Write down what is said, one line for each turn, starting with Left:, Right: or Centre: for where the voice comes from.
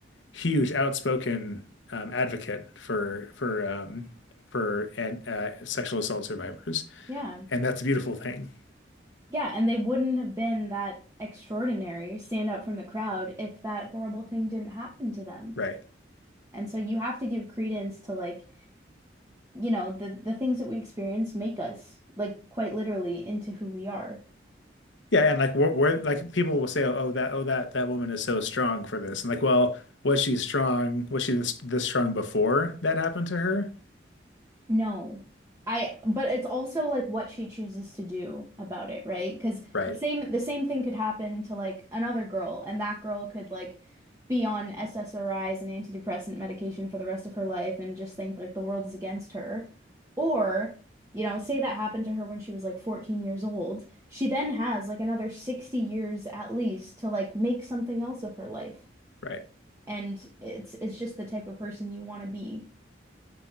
Left: huge outspoken um, advocate for for um for and uh, sexual assault survivors.
Right: Yeah.
Left: And that's a beautiful thing.
Right: Yeah, and they wouldn't have been that extraordinary, stand out from the crowd if that horrible thing didn't happen to them.
Left: Right.
Right: And so you have to give credence to like, you know, the the things that we experience make us like quite literally into who we are.
Left: Yeah, and like we're, we're like people will say, oh, oh, that oh that that woman is so strong for this, and like, well, was she strong? Was she this this strong before that happened to her?
Right: No. I but it's also like what she chooses to do about it, right? Because
Left: Right,
Right: the same the same thing could happen to like another girl, and that girl could like be on SSRIs and antidepressant medication for the rest of her life and just think like the world is against her. Or, you know, say that happened to her when she was like 14 years old. She then has like another 60 years at least to like make something else of her life.
Left: right.
Right: And it's it's just the type of person you want to be.